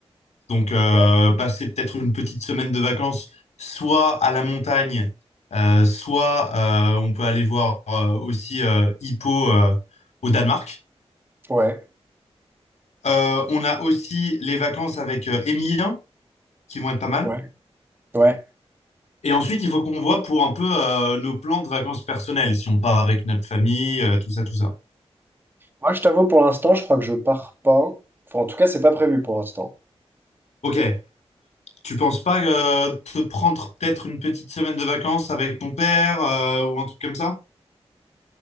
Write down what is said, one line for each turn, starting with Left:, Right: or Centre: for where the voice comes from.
Left: Donc, euh,
Right: Ouais,
Left: passer peut-être une petite semaine de vacances, soit à la montagne, euh, soit euh, on peut aller voir euh, aussi euh, Hippo euh, au Danemark.
Right: ouais,
Left: Euh, on a aussi les vacances avec euh, Emilien, qui vont être pas mal.
Right: ouais, ouais.
Left: Et ensuite, il faut qu'on voit pour un peu euh, nos plans de vacances personnelles, si on part avec notre famille, euh, tout ça, tout ça.
Right: Moi, je t'avoue, pour l'instant, je crois que je pars pas. Enfin, en tout cas, c'est pas prévu pour l'instant.
Left: Ok. Tu penses pas euh, te prendre peut-être une petite semaine de vacances avec ton père euh, ou un truc comme ça?